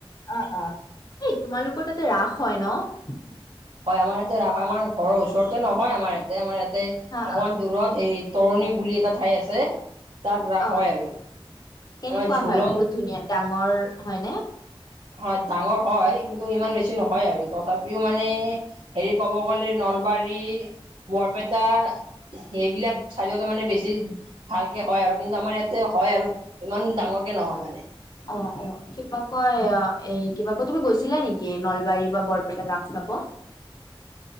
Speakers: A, on the left; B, on the right.
A: অ অ এই তোমালোকৰ তাতে ৰাস হয় ন?
B: হয় আমাৰ ইয়াতে ৰাস হয় আমাৰ ঘৰৰ ওচৰতে নহয় আমাৰ ইয়াতে আমাৰ ইয়াতে
A: হা
B: অকমান
A: অ
B: দূৰত হেৰিত তৰুণী বুলি এটা ঠাই আছে তাত ৰাস
A: অ
B: হয় আৰু ইয়াত
A: কেনেকুৱা
B: ঝুলন
A: হয় বহুত ধুনীয়া ডাঙৰ হয় নে
B: হয় ডাঙৰ হয় কিন্তু ইমান বেছি নহয় আৰু তথাপিও মানে হেৰি ক'ব গ'লে নলবাৰী বৰপেটা সেইবিলাক চাইডতে মানে বেছি ভালকে হয় আৰু কিন্তু আমাৰ ইয়াতে হয় আৰু ইমান ডাঙৰ কে নহয় মানে।
A: অ-অ কিবা কয় এই কিবা কয় তুমি গৈছিলা নিকি নলবাৰী বা বৰপেটা ৰাস চা হব